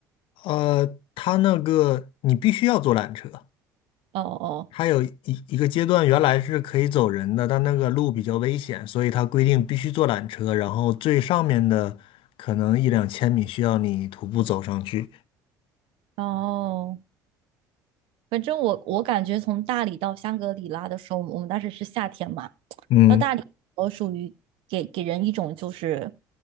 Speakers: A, on the left; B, on the right.
A: 呃，它那个你必须要坐缆车，
B: 哦哦
A: 它有一一个阶段原来是可以走人的，但那个路比较危险，所以它规定必须坐缆车，然后最上面的可能一两千米需要你徒步走上去。
B: 哦，反正我我感觉从大理到香格里拉的时候，我们当时是夏天嘛，
A: 嗯，
B: 到大理我属于给给人一种就是